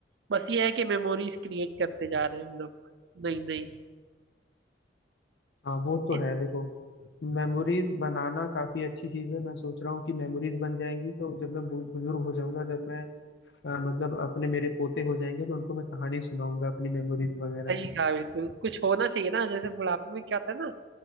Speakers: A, on the right; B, on the left.
A: बस ये है कि मेमोरीज क्रिएट करते जा रहे हैं हम लोग नहीं नहीं
B: हाँ वो तो
A: इस-
B: है देखो मेमोरीज बनाना काफी अच्छी चीज है मैं सोच रहा हूँ कि मेमोरीज बन जाएंगी तो जब मैं बु- बुजुर्ग हो जाऊंगा जब मैं अ, मतलब अपने मेरे पोते हो जाएंगे तो उनको मैं कहानी सुनाऊंगा अपनी मेमोरीज वगैरह
A: सही कहा बिल्कुल कुछ होना चाहिए ना जैसे बुढ़ापे में क्या होता है ना